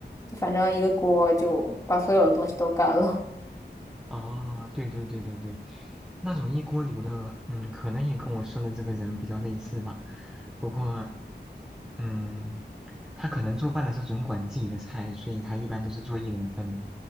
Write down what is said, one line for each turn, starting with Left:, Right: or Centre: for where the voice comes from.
Left: 就反正一个锅就把所有的东西都干了。
Centre: 哦，对对对对对，那种一锅流的，嗯，可能也跟我说的这个人比较类似吧。不过，嗯，他可能做饭的时候总管自己的菜，所以他一般都是做一人份的，